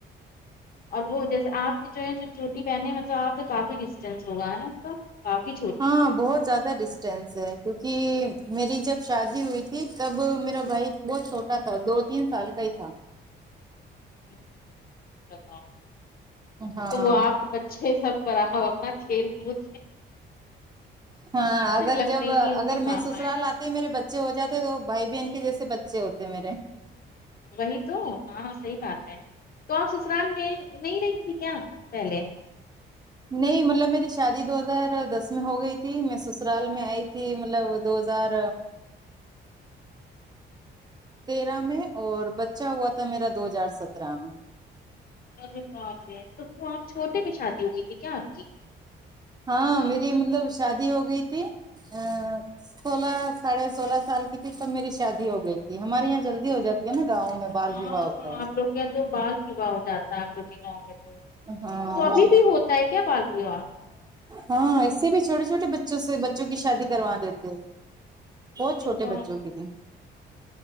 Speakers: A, on the left; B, on the right.
A: اور وہ جیسے آپ کے جو ہے چوٹی بہن ہے مطلب آپ سے کافی ڈسٹینس ہوگا یہاںپر کافی چھو
B: ہاں بہت زیادہ ڈس چائنسے کیونکی میری جب شادی ہوئی تھی تب میرا بھائی بہت چھوٹا تھا دو تین سال کا ہی تھا
A: <inaudible>
B: ہاں
A: تو وہ آپ کے بچے سب کرا اپنا کھیل کود
B: ہاں اگر
A: لگتے
B: جب
A: ہی نہیں ہو
B: اگر
A: کہ ماما
B: میں سسرال
A: ہے
B: میرے بچے ہو جاتے تو بھائی بہن کے جیسے بچے ہوتے میرے
A: وہی تو ہاں صحیح بات ہے تو آپ سسرال میں نہیں رہینگی کیا پہلے
B: نہیں ملب میری شادی دو ہزار دس میں ہو گئی تھی میں سسرال میں آئی تھی ملب دو ہزار تیرہ میں اور بچہ ہوا تھا میرا دو ہزار سترہ میں
A: ارے باپرے تو تو آپ چھوٹے میں شادی ہوگی تھی کیا آپ کی
B: ہاں
A: ایک دم
B: میری مطلب شادی ہو گئی تھی ا سولہ ساڑھے سولہ سال کی تھی تب میری شادی ہو گئی تھی ہمارے یہاں جلدی ہو
A: ارے
B: جاتی ہے نا گاؤں
A: باپ
B: میں
A: رے
B: بال
A: ہاں
B: وواہ ہوتا ہے
A: آپ لوگ کے یہاں تو بال وواہ ہو جاتا ہے آ <unintelligible> لوگ کے گاؤں میں تو
B: ہاں
A: تو ابھی بھی ہوتا ہے کیا بال وواہ
B: ہاں اس سے بھی چھوٹے چھوٹے بچوں سے بچوں کی شادی کروا دیتے ہیں بہت
A: ارے
B: چھوٹے
A: باپ
B: بچوں کے
A: رے
B: بل